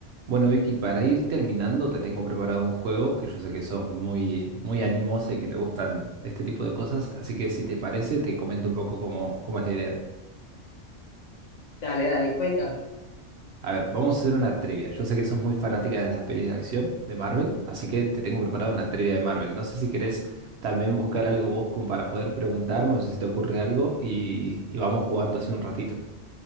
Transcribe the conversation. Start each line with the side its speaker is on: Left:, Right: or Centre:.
Right: Bueno, Vicky, para ir terminando, te tengo preparado un juego que yo sé que sos muy, muy animosa y que te gustan este tipo de cosas, así que si te parece, te comento un poco cómo, cómo es la idea.
Left: Dale, dale, cuéntame.
Right: A ver, vamos a hacer una trivia. Yo sé que sos muy fanática de las pelis de acción de Marvel, así que te tengo preparado una trivia de Marvel. No sé si querés también buscar algo vos como para poder preguntarme o si se te ocurre algo y, y vamos jugando así un ratito.